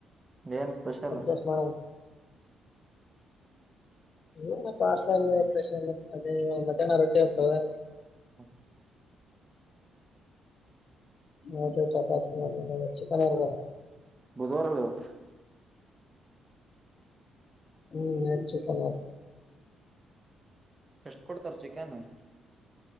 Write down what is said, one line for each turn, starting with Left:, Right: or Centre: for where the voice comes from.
Right: ಏನ್ ಸ್ಪೆಷಲ್.
Left: ಅಡ್ಜಸ್ಟ್ ಮಾಡೋಣ ಏನ ಪಾಸ್ ಅಲ್ಲ ಸ್ಪೆಷಲ್ ಅದೇ ಮಧ್ಯಾಹ್ನ ರೊಟ್ಟಿ ಇರ್ತವೆ.
Right: <inaudible>
Left: <unintelligible> ಚಪಾತಿ ಆಮೇಲೆ ಚಿಕನ್ ಇರ್ಬಹುದಾ.
Right: ಬುಧವಾರಲ್ಲ ಇವತ್ತು.
Left: ಹ್ಮ್ ನೈಟ್ ಚಿಕನೇ.
Right: ಎಷ್ಟ್ ಕೊಡ್ತಾರ್ ಚಿಕನ್.